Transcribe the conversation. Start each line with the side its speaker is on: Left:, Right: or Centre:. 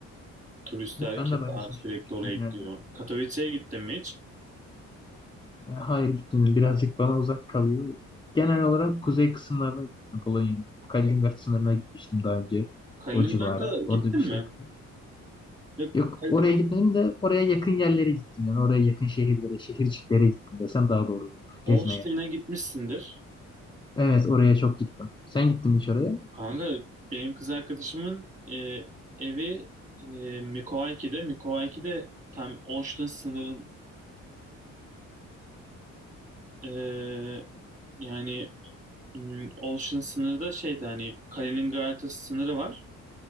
Right: Turistler
Left: Evet, Ben
Right: keza
Left: de bayağı şaşırmıştım
Right: sürekli oraya gidiyor.
Left: yani.
Right: Katowice'ye gittin mi hiç?
Left: E, Hayır gitmedim. Birazcık bana uzak kalıyor. Genel olarak kuzey kısımlarına gittim Polonya'nın. Kaliningrad sınırına gitmiştim daha önce.
Right: Kaliningrad'a
Left: O civara.
Right: gittin
Left: Orada bir şey
Right: mi?
Left: yapıyor.
Right: Ya,
Left: Yok
Right: Kal-
Left: oraya gitmedim de oraya yakın yerlere gittim. Yani oraya yakın şehirlere, şehirciklere gittim desem daha doğru olur.
Right: Olstein'e
Left: Gezmeye.
Right: gitmişsindir.
Left: Evet oraya çok gittim. Sen gittin mi hiç oraya?
Right: Kanka benim kız arkadaşımın e, evi e, Mikowaiki'de. Mikowaiki'de tam Ocean sınırında e, yani mm, Ocean sınırı da şeyde hani Kaliningrad'a sınırı var.